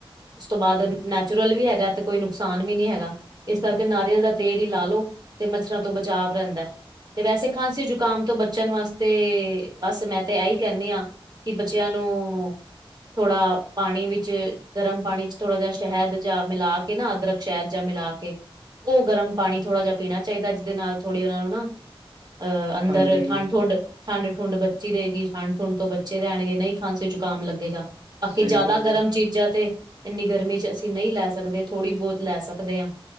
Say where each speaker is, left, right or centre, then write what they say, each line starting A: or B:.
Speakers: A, on the right (about 45°); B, on the right (about 80°).
A: ਉਸ ਤੋਂ ਬਾਅਦ ਨੈਚੁਰਲ ਵੀ ਹੈਗਾ ਤੇ ਕੋਈ ਨੁਕਸਾਨ ਵੀ ਨੀ ਹੈਗਾ ਇਸ ਕਰਕੇ ਨਾਰੀਅਲ ਦਾ ਤੇਲ ਈ ਲਾ ਲੋ ਤੇ ਮੱਛਰਾਂ ਤੋਂ ਬਚਾਵ ਰਹਿੰਦਾ। ਤੇ ਵੈਸੇ ਖਾਂਸੀ ਜ਼ੁਕਾਮ ਤੋਂ ਬਚਣ ਵਾਸਤੇ ਬਸ ਮੈਂ ਤੇ ਇਹੀ ਕਹਿੰਨੀ ਆ। ਕੀ ਬੱਚਿਆਂ ਨੂੰ ਥੋੜਾ ਪਾਨੀ ਵੀ ਚ ਗਰਮ ਪਾਨੀ ਚ ਥੋੜਾ ਜਿਹਾ ਸ਼ਹਿਦ ਜੇਆ ਮਿਲਾ ਕਿ ਨਾ ਅਦਰਕ ਸ਼ਹਿਦ ਜਾਂ ਮਿਲਾ ਕੇ ਉਹ ਗਰਮ ਪਾਨੀ ਥੋੜ੍ਹਾ ਜਾ ਪੀਨਾ ਚਾਹੀਦਾ, ਜਿਹਦੇ ਨਾਲ ਥੋੜ੍ਹੀ ਉਹਨਾ ਨੂੰ ਨਾ ਅਹ ਅੰਦਰ
B: ਹਾਂਜੀ
A: ਠੰਡ-ਠੁੰਡ ਠੰਡ-ਠੁੰਡ ਬਚੀ ਰਹੇਗੀ, ਠੰਡ-ਠੁੰਡ ਤੋਂ ਬਚੇ ਰਹਿਣਗੇ ਨਹੀਂ ਖਾਂਸੀ ਜ਼ੁਕਾਮ ਲੱਗੇਗਾ। ਬਾਕੀ
B: ਸਹੀ
A: ਜ਼ਿਆਦਾ
B: ਗੱਲ
A: ਗਰਮ
B: ਏ
A: ਚੀਜ਼ਾ ਤੇ ਇੰਨੀ ਗਰਮੀ ਚ ਅਸੀਂ ਨਹੀਂ ਲੈ ਸਕਦੇ ਥੋੜ੍ਹੀ ਬਹੁਤ ਲੈ ਸਕਦੇ ਆ।